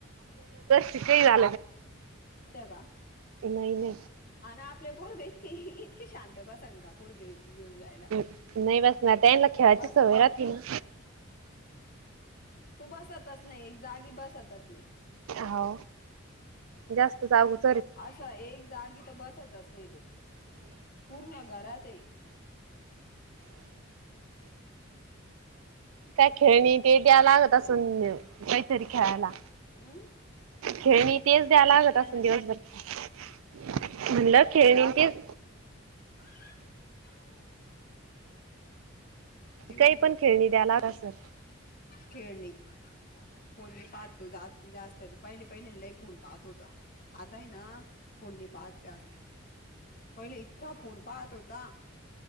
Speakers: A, on the right; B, on the left.
A: शिकायला
B: का
A: नाही नाही नाही नाही
B: आणि आपले बोरग इतकीे इतकीे शांत बसन का कुडे घेऊन जायला
A: नाही बस ना त्याला खेळाची
B: बसत
A: सवय
B: नाही
A: राहते
B: तो
A: न.
B: तू बसतच नाही एक जागी बसतच नाही.
A: हो जास्त जागून.
B: असं एक जागी तर बसतच नाही तो पूर्ण.. घरात आहे.
A: काय खेळणी ते द्याय लागत असून काहीतरी खेळायला.
B: हम्
A: खेळणी तेच द्यायला लागत
B: काय
A: असून
B: म्हणे
A: दिवसभर. म्हनलं खेळणी टेच.
B: रिकामा ऑडिओ दिवसभर
A: काही पण खेळणी
B: त्या
A: द्या लागत असल
B: खेळणी. फोन मी पाहतो जास्त पहिले पहिल्या ल फोन पाहत होता.. आता आहे ना फोन नाही पाहत जास्त. पहिले इतका फोन पाहत होता